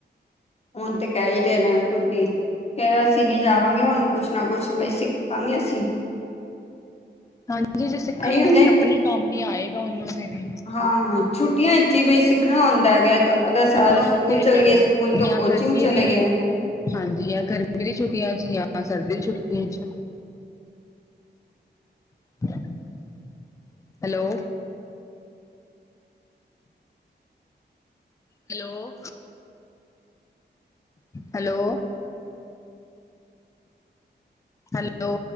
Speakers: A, on the left; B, on the left.
A: ਹੁਣ ਤੇ ਕਹਿ ਹੀ ਰਹੇ ਨੇ ਏ ਖੁਦ ਹੀ। ਕਿ ਅਸੀਂ ਨਹੀਂ ਜਾਵਾਂਗੇ ਹੁਣ ਕੁਛ ਨਾ ਕੁਛ ਬਈ ਸਿੱਖਾਂਗੇ ਅਸੀਂ।
B: ਹਾਂਜੀ ਜੇ ਸਿੱਖਣਗੇ
A: ਇਹੀ ਹੁੰਦਾ
B: ਤੇ ਆਪਣੇ ਕੰਮ ਹੀ ਆਏਗਾ ਉਹਨਾਂ ਦੇ ਲਈ।
A: ਹਾਂ ਛੁੱਟੀਆਂ 'ਚ ਹੀ ਬਈ ਸਿੱਖਣਾ ਹੁੰਦਾ ਹੈਗਾ ਤੁਹਾਨੂੰ ਪਤਾ ਸਾਰੇ
B: ਹਾਂ
A: ਸਕੂਲ
B: ਉਹ ਤੇ
A: ਚੱਲ
B: ਹੈ
A: ਗਏ। ਸਕੂਲ ਤੋਂ
B: ਜਾਂ
A: ਕੋਚਿੰਗ
B: ਗਰਮੀ
A: ਚਲੇ
B: ਦੀ
A: ਗਏ।
B: ਹਾਂਜੀ ਜਾਂ ਗਰਮੀ ਦੀ ਛੁੱਟੀਆਂ 'ਚ ਜਾਂ ਸਰਦੀ ਦੀ ਛੁੱਟੀਆਂ 'ਚ। <unintelligible> Hello hello hello, hello,